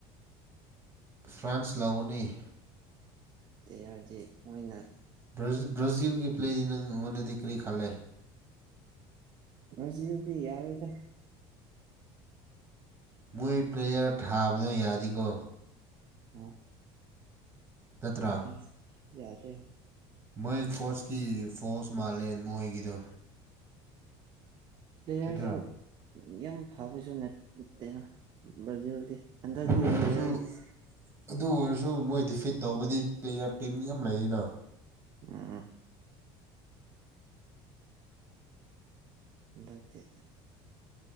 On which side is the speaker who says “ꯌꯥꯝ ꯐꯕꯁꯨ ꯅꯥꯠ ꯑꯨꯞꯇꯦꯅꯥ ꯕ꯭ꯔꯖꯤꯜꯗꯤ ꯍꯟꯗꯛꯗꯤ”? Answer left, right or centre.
Right